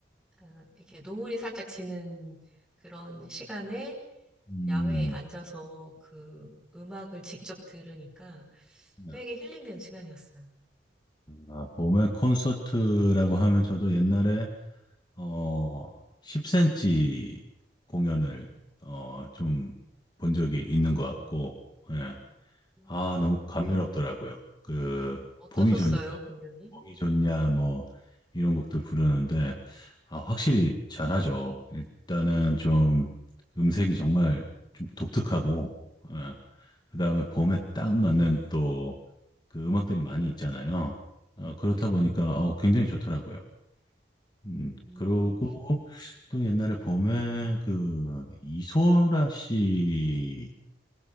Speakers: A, in the centre; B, on the left (about 25°).
A: 아, 이렇게 노을이 살짝 지는 그런 시간에
B: 음.
A: 야외에 앉아서 그 음악을 직접 들으니까
B: 네.
A: 되게 힐링된 시간이었어요.
B: 아, 봄의 콘서트라고 하면 저도 옛날에 어 10cm 공연을 어 좀 본 적이 있는 것 같고, 예.
A: 음,
B: 아 너무 감미롭더라고요. 그
A: 어떠셨어요,
B: 봄이 좋냐,
A: 공연이?
B: 봄이 좋냐 뭐 이런 곡들 부르는데 아 확실히 잘하죠. 일단은 좀 음색이 정말 좀 독특하고, 예. 그다음에 봄에 딱 맞는 또 그 음악들이 많이 있잖아요. 어, 그렇다 보니까 어, 굉장히 좋더라고요. 음,
A: 음.
B: 그러고 또 옛날에 봄에 그 이소라 씨